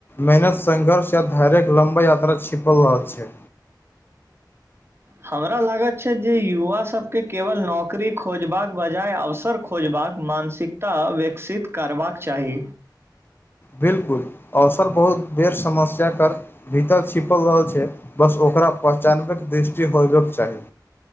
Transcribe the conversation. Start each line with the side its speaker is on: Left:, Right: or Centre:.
Left: मेहनत संघर्ष य धैर्य लम्बा यात्रा छिपल रहल छै
Right: हमरा लागत छै जे युवा सभके केवल नौकरी खोजबाक बजाय अवसर खोजबाक मानसिकता विकसित करबाक चाही
Left: बिल्कुल अवसर बहुत बेर समस्या कर भीतर छिपल रहल छै बस ओकरा पहचानबैके दृष्टि होयबाक चाही